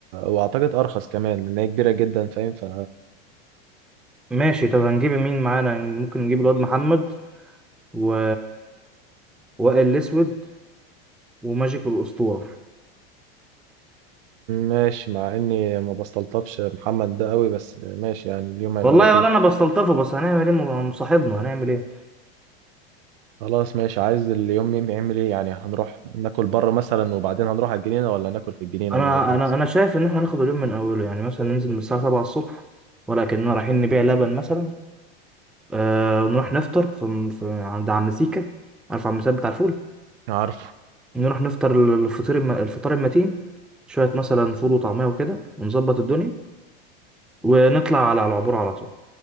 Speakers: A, on the right (about 60°); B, in the centre.
A: وأعتقد أرخص كمان لأن هي كبيرة جدا فاهم ف
B: ماشي طب هنجيب مين معانا ممكن نجيب الواد محمد و وائل الاسود وماجيك الاسطوره
A: ماشي مع إني ما بستلطفش محمد ده قوي بس ماشي يعني اليوم هيبقى
B: والله
A: لطيف
B: ولا انا بستلطفه بس هنعمل ايه ما هو صاحبنا هنعمل ايه
A: خلاص ماشي عايز اليوم يم- يعمل إيه يعني هنروح ناكل بره مثلا وبعدين هنروح على الجنينة ولا ناكل في الجنينة
B: انا
A: ولا إيه اللي هيحصل؟
B: انا انا شايف ان احنا ناخد اليوم من اوله يعني مثلا ننزل من الساعه 7 الصبح ولكننا رايحين نبيع لبن مثلا آه ونروح نفطر في, في عند عم سيكا عارف عم سيكا بتاع الفول
A: عارفه
B: نروح نفطر الفطير الم... الفطار المتين شويه مثلا فول وطعميه وكده ونظبط الدنيا ونطلع على العبور على طول